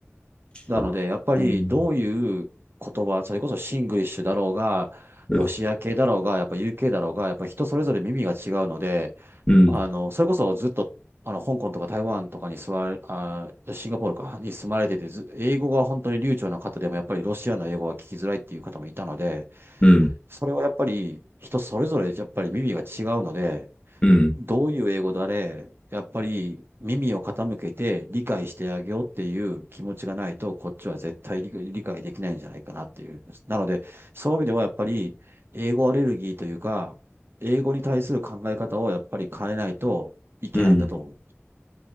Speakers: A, on the right (about 50°); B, on the left (about 20°).
A: なので、
B: あー
A: やっぱりどういう言葉、
B: うん、
A: それこそシングリッシュだろうが、
B: うん、
A: ロシア系だろうが、やっぱ UK だろうが、やっぱ人それぞれ耳が違うので、
B: うん、
A: あの、それこそずっと、あの、香港とか台湾とかに座れ、あー、シンガポールかに住まれてて、ず英語が本当に流暢な方でも、やっぱりロシアの英語は聞きづらいっていう方もいたので、
B: う
A: それはやっぱり人それぞれやっぱり耳が違うので、
B: ん、
A: どういう英語だれ、やっぱり耳を傾けて理解してあげようっていう気持ちがないと、こっちは絶対理解できないんじゃないかなっていうんです。なので、そういう意味ではやっぱり、英語アレルギーというか、英語に対する考え方をやっぱり変えないといけないんだと思う。
B: うん。